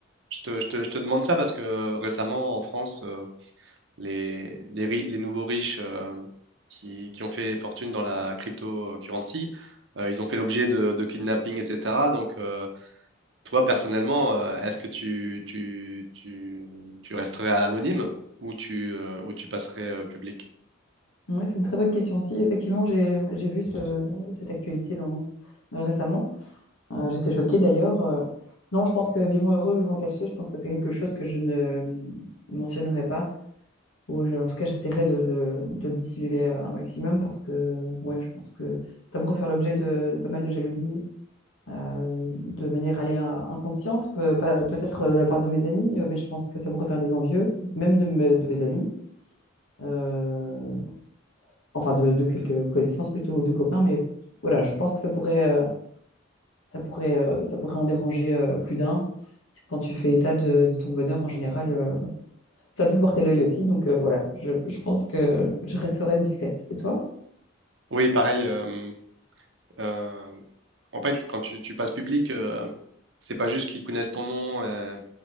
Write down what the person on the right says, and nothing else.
je te, je te- je te demande ça parce que euh, récemment, en France, euh, les, les, ri- les nouveaux riches euh, qui, qui ont fait fortune dans la cryptocurrency, euh, ils ont fait l'objet de, de kidnapping, etc. Donc, euh, toi, personnellement, euh, est-ce que tu, tu, tu, tu resterais anonyme ou tu, euh, ou tu passerais euh, public?
Oui, pareil. euh, Euh, en fait, quand tu, tu passes public, euh, c'est pas juste qu'ils connaissent ton nom euh,